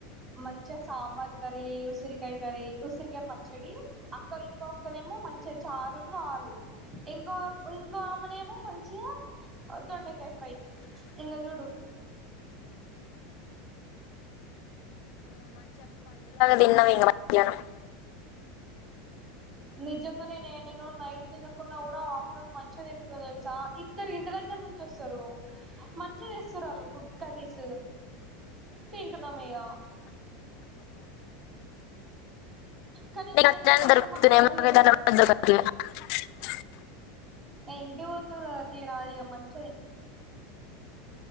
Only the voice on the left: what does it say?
తిన్న ఇగ మధ్యాహ్నం
దొరుకుతదని
దొరకుతనేమో
ఒకవేళ
<unintelligible>